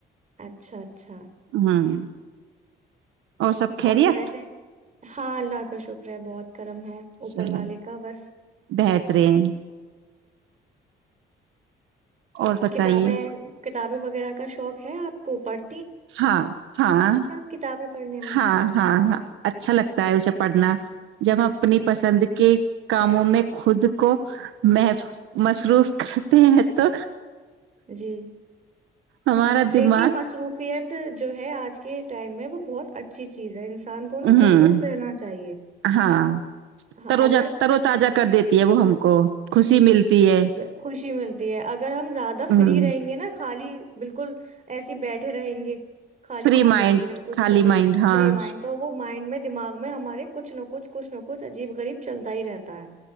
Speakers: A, on the right (about 35°); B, on the right (about 85°).
A: اچھا اچھا اچھا
B: ہوں سب خیریت
A: اور پیسے ہاں اللہ کا شکر ہے بہت کرم ہے اوپر
B: چلو
A: والے کا بس
B: بہترین اور بتائیے
A: کتابیں کتابیں وغیر وغیرہ کا شوق ہے آ کو اوس
B: ہاں ہاں
A: کتابیں پڑھنے میں
B: ہاں ہاں ہاں اچھا لگتا ہے اسے پڑھنا ج جب ہم اپنی
A: ہوں
B: پسند کے کاموں میں خود کو مح مصروف کرتے ہیں تو
A: جی
B: ہمارا دماغ
A: دیکھیے مصروفیت جو ہے آج کے ٹائم میں وہ بہت اچھی چیز ہے ان کو
B: ہوں
A: مصروف رہنا چاہ
B: ہاں
A: ہ
B: تروجہ ترو تازہ کر دیتی ہے وہ ہم کو خوشی ملتی ہے
A: ہشی متی ہے ا ز
B: ہوں
A: فری رہیں گے نا خالی بالکل ایسے بیٹھے رہیں گے خالی
B: فری
A: خالی
B: مائنڈ
A: بنا کچھ
B: خالی
A: کرے
B: مائنڈ ہاں
A: فری مائنڈ تو وہ مائنڈ میں دماغ میں ہمارے کچھ نہ کچھ کچھ کچھ عجیب غریب چلتا ہی رہتا ہے